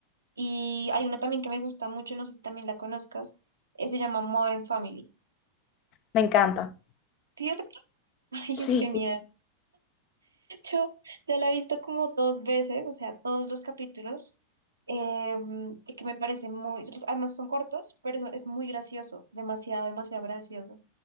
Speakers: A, on the right; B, on the left.
A: Y hay una también que me gusta mucho, no sé si también la conozcas, eh, se llama Modern Family,
B: Me encanta.
A: ¿cierto? <laughs> Ay,
B: Sí,
A: es genial. Yo ya la he visto como dos veces, o sea, todos los capítulos, em, porque me parece muy, los- además son cortos, pero son- es muy gracioso, demasiado, demasiado gracioso.